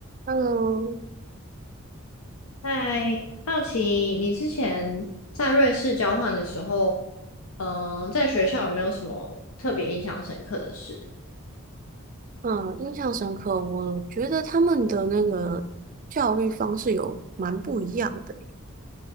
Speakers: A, on the right; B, on the left.
A: Hello，
B: 嗨，好奇你之前在瑞士交换的时候，嗯、在学校有没有什么特别印象深刻的事？
A: 嗯，印象深刻。我觉得他们的那个教育方式有蛮不一样的欸